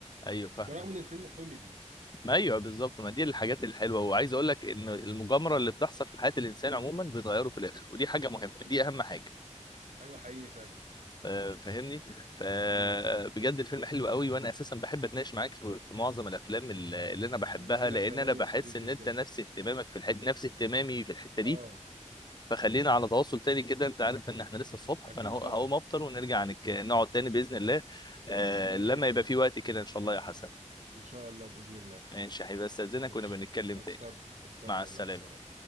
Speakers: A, on the left; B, on the right.
A: أيوه فاهمك
B: برغم ان الفيلم كوميدي
A: ما ايوه بالظبط ما دي الحاجات الحلوه وعايز اقول لك ان المغامره اللي بتحصل في حياه الانسان عموما بتغيره في الاخر ودي حاجه مهمه
B: مم.
A: دي اهم حاجه
B: ايوه حقيقي فعلا
A: آه، فاهمني فبجد
B: مم.
A: الفيلم حلو قوي وانا اساسا بحب اتناقش معاك في في معظم الافلام اللي اللي انا بحبها
B: وانا
A: لان
B: كمان
A: انا بحس
B: يا صديقي
A: ان
B: بجد
A: انت نفس اهتمامك في الحته نفس اهتمامي في الحته دي
B: اه
A: فخلينا على تواصل تاني كده انت عارف ان احنا لسه الصبح
B: اكيد
A: فانا هق-
B: طبعا
A: هقوم افطر ونرجع
B: اه
A: نك- نقعد تاني باذن الله آه،
B: ماشي
A: لما
B: يا صديقي
A: يبقى في وقت كده ان شاء الله يا حسن
B: ان شاء الله باذن الله
A: ماشي هيبقى استاذنك
B: ماشي
A: ونبقى نتكلم
B: اتفضل
A: تاني
B: اتفضل
A: مع السلامه
B: مع السلامه